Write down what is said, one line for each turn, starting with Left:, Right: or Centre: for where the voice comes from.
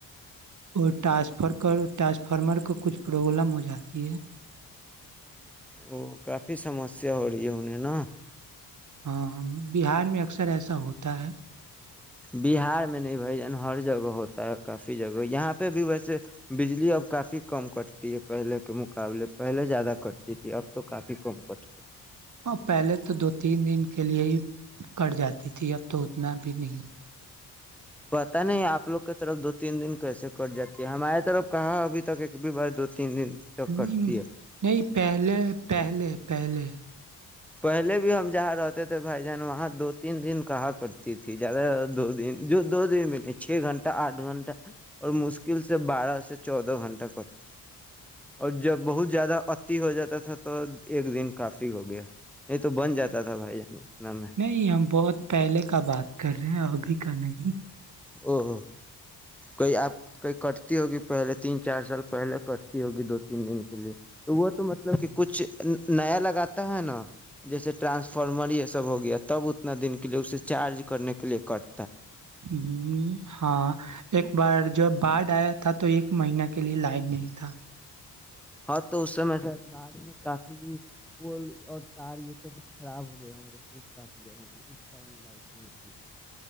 Right: وہ ٹرانسفر <unintelligible> کر ٹرانسفارمر کو کچھ پرابلم ہو جاتی ہے
Centre: وہ کافی سمسیا ہو رہی ہے اننے نہا <unintelligible>
Right: ہاں بہار میں اکثر ایسا ہوتا ہے
Centre: بہار میں نہیں بھائی جان ہر جگہ ہوتا ہے کافی جگہ یہاں پہ بھی ویسے بجلی اب کافی کم کٹتی ہے پہلے کے مقابلے پہلے زیادہ ک جی تھی اب تو کافی کم کٹ <unintelligible>
Right: ہاں پہلے تو دو تین دن کے لیے ہی کٹ جاتی تھی اب تو اتنا بھی نہیں ہوتا
Centre: پتا نہیں آپ لوگ کی طرف دو تین دن کیسے کٹ جاتی ہے ہمارے طرف کہا ابھی تک ایک بھی بار دو تین دن تک
Right: نہیں
Centre: کٹتی ہے
Right: نہیں پہلے پہلے <unintelligible> پہلے
Centre: پہلے بھی ہم جہاں رہتے تھے بھائی جان وہاں دو تین دن کو <unintelligible> کہا کرتی تھی زیادہ دو دن جو دو دن میں نہیں چھ گھنٹے آٹھ گھنٹہ اور مشکل سے بارہ سے چودہ گھنٹہ کرتی تھی اور جب بہت زیادہ اتی ہو جاتا تھا تو ایک دن کافی ہو گیا نہیں تو بن جاتا تھا بھائی جان اتنا میں
Right: نہیں ہم بہت پہلے کا بات کر رہے ہیں ابھی کا نہیں <unintelligible> جی <unintelligible>
Centre: او او <unintelligible> کوئی آپ کوئی <unintelligible> کٹتی ہوگی پہلے تین چار سال پہلے کٹتی ہوگی دو تین دن کے لیے تو وہ تو مطلب کہ کچھ نیا لگاتا ہے نا جیسے ٹرانسفارمر یہ سب ہو گیا تب اتنا دن کے لیے اسے چارج کرنے کے لیے کٹ
Right: ہ ہاں <unintelligible> ایک بار جب کارڈ آیا تھا تو ایک مہین کے لیے لائن نہیں تھا
Centre: ہاں تو اس س سے بات کافی پول اور تار یہ سب خراب ہو گیااں سف ج اس ط لائک نہیں ت